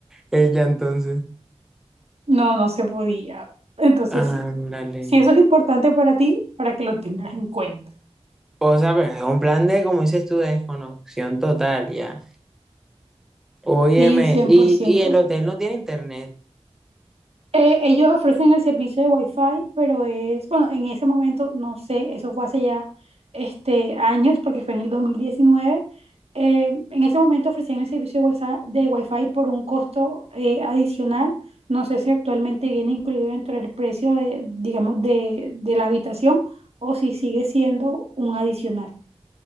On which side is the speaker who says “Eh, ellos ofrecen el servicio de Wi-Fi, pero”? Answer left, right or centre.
Right